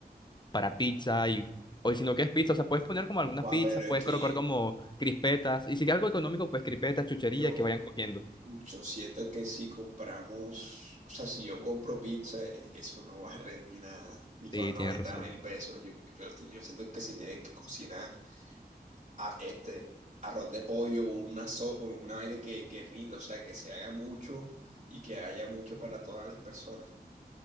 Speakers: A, on the left; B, on the right.
A: para pizza y o si no quieres pizza, o sea, puedes poner como algunas
B: Joder,
A: pizzas,
B: pero es
A: puedes
B: que
A: colocar como crispetas y si quieres algo económico, pues crispetas, chuchería
B: yo,
A: que vayan cogiendo.
B: Yo siento que si compramos, o sea, si yo compro pizza, e- eso no va a rendir nada, ni
A: Sí,
B: con noventa
A: tienes razón.
B: mil pesos. Yo, yo, yo siento que se tiene que cocinar a- este arroz de pollo, una sopa, una vaina que, que rinda, o sea, que se haga mucho y que haya mucho para todas las personas.